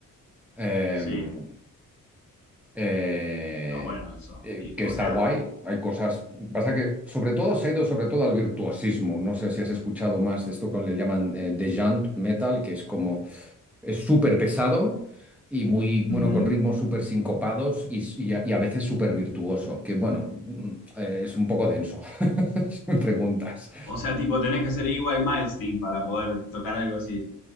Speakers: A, in the centre; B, on the left.
A: Em,
B: Sí,
A: eh,
B: está bueno eso.
A: eh,
B: Y,
A: que
B: o
A: está
B: sea,
A: guay. Hay cosas. Pasa que sobre todo se ha ido sobre todo al virtuosismo. No sé si has escuchado más de esto que le llaman eh, The Metal, que es como es súper pesado y muy,
B: ujú.
A: bueno, con ritmos súper sincopados y, s- y a, y a veces súper virtuoso. Que bueno, mm, eh, es un poco denso. <laughs> Si me preguntas.
B: O sea, tipo, tenés que ser EY Milestone para poder tocar algo así.